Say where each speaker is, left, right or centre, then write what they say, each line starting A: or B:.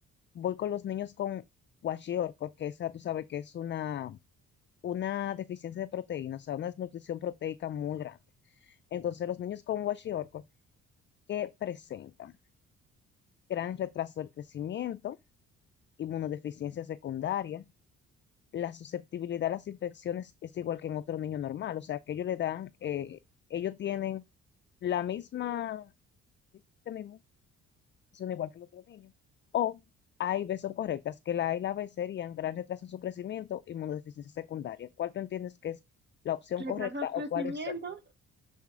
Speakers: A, on the left; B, on the right.
A: voy con los niños con kwashiorkor, porque esa tú sabes que es una, una deficiencia de proteína, o sea, una desnutrición proteica muy grande. Entonces, los niños con kwashiorkor que presentan gran retraso del crecimiento, inmunodeficiencia secundaria, la susceptibilidad a las infecciones es igual que en otro niño normal, o sea, que ellos le dan, eh, ellos tienen la misma mismo sistema son igual que los otros niños. O A y B son correctas, que la A y la B serían gran retraso en su crecimiento, inmunodeficiencia secundaria. ¿Cuál tú entiendes que es la opción
B: Retraso
A: correcta
B: de crecimiento.
A: o cuáles son?